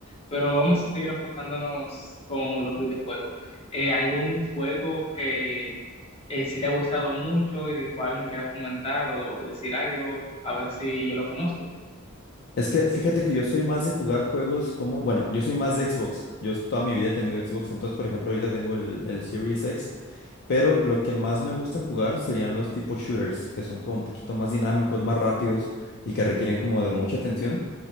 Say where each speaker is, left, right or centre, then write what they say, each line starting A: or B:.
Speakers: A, on the left; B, on the left.
A: Pero vamos a seguir enfocándonos con los videojuegos. Eh, ¿algún juego que eh, si te ha gustado mucho y del cual me quieras comentar o decir algo? A ver si yo lo conozco.
B: Es que fíjate que yo soy más de jugar juegos como, bueno, yo soy más de Xbox, yo s- toda mi vida he tenido Xbox, entonces por ejemplo ahorita tengo el, el Series X, pero lo que más me gusta jugar serían los tipos shooters, que son como un poquito más dinámicos, más rápidos y que requieren como de mucha atención.